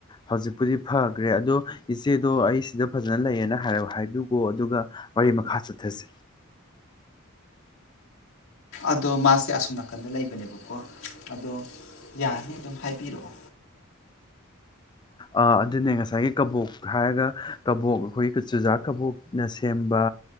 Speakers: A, on the left (about 20°); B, on the left (about 75°).
A: ꯍꯧꯖꯤꯛꯄꯨꯗꯤ ꯐꯈ꯭ꯔꯦ ꯑꯗꯣ ꯏꯆꯦꯗꯣ ꯑꯩ ꯁꯤꯗ ꯐꯖ ꯐꯖꯅ ꯂꯩꯌꯦꯅ ꯍꯥꯏ ꯍꯥꯏꯕꯤꯈꯣ ꯑꯗꯨꯒ ꯋꯥꯔꯤ ꯃꯈꯥ ꯆꯠꯊꯁꯤ
B: ꯑꯗꯣ ꯃꯥꯁꯦ ꯑꯁꯨꯝ ꯅ ꯅꯥꯀꯟꯗ ꯂꯩꯕꯅꯦꯕꯀꯣ ꯑꯗꯣ ꯌꯥꯅꯤ ꯑꯗꯨꯝ ꯍꯥꯏꯕꯤꯔꯛꯑꯣ
A: ꯑ ꯑꯗꯨꯅꯦ ꯉꯁꯥꯏꯒꯤ ꯀꯕꯣꯛ ꯍꯥꯏꯔꯒ ꯀꯕꯣꯛ ꯑꯩꯈꯣꯏꯒꯤ ꯆꯨꯖꯥꯛ ꯀꯕꯣꯛꯅ ꯁꯦꯝꯕ